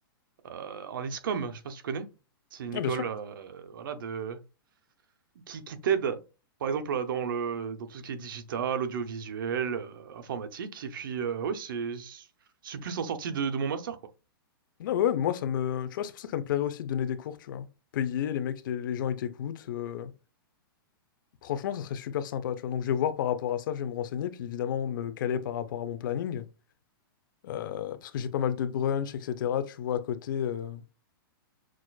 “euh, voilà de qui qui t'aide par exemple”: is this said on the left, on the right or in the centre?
Right